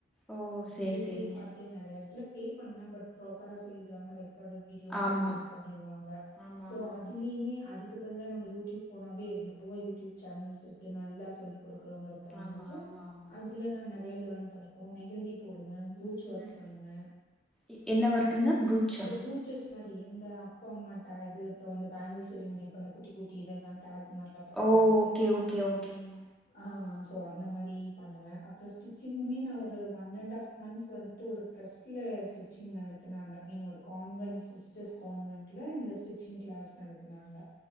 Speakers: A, in the centre; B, on the left.
A: ஓ சேரி
B: யூடியூப்
A: சேரிங்க
B: பாத்து நிறைய இடத்துல பே பண்ணேன் பட் ப்ராப்பரா சொல்லி தர்ற மாரி கட வீடியோ மாதிரி
A: ஆமா
B: சென்ட் பண்ணிருவாங்க
A: ஆமா
B: ஸோ
A: ஆமாங்க
B: அதுலயுமே அதுக் அதுக்கு பதிலா நம்ம யூடியூப் போனாவே எவ்வளவோ யூடியூப் சேனல்ஸ் இருக்கு நல்லா சொல்லி குடுக்குறவங்க இருக்காங்கன்ட்டு
A: ஆமா ஆமா ஆமாங்க
B: அதுல நான் நிறைய லேர்ன் பண்ணிக்குவோம் மெஹந்தி போடுவேன் ப்ரூச் ஒர்க்
A: ம்
B: பண்ணுவேன்
A: எ- என்ன ஒர்க்குங்க ப்ரூட்ஷா
B: இந்த ப்ரூச்சஸ் இது மாதிரி இந்த அப்பா அம்மா டேக்கு அப்புறம் அந்த பேங்கிள் செரிமனி அப்ப அந்த குட்டி குட்டி இதெல்லாம் டேக்குமாரில்லாம் பண்றாங்கல்ல
A: ஓ ஓகே
B: இப்ப
A: ஓகே ஓகேங்க
B: ஆஹ் ஸோ அந்த மாதிரி பண்ணுவே அப்புறம் ஸ்டிச்சிங்குமே நா ஒரு ஒன் அண்ட் ஆஃப் மந்த்ஸ் வந்துட்டு ஒரு ட்ரெஸ்ல ஸ்டிச்சிங் நடத்தினாங்க இன்னு ஒரு கான்வென்ட் சிஸ்டர்ஸ் கான்வென்ட்ல இந்த ஸ்டிச்சிங் கிளாஸ் நடத்துனாங்க